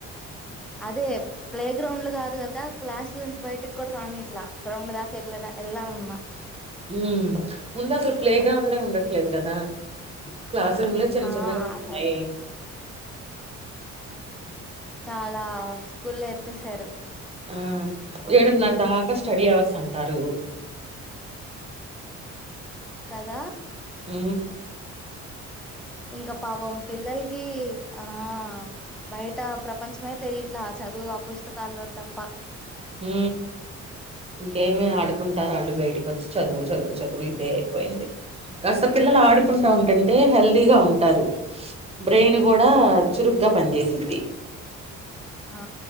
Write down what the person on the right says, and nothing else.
ఉ ముందు అసలు ప్లే గ్రౌండ్లే ఉండట్లేదు కదా క్లాస్ రూమ్లో చిన్న
చిన్నగా ఉన్నయ్
ఆ ఏడున్నర దాకా స్టడీ అవర్స్ అంటారు
ఊ
ఊ గేమె ఆడు కుంటారు వాళ్ళు బయటక వచ్చి చదువు చదువు చదువు ఇదే అయిపోయింది కాస్త పిల్లలు ఆడుకుంటా ఉంటుంటే హెల్దీగా ఉంటారు బ్రెయిన్ కూడా చురుగ్గా పనిచేసిద్ది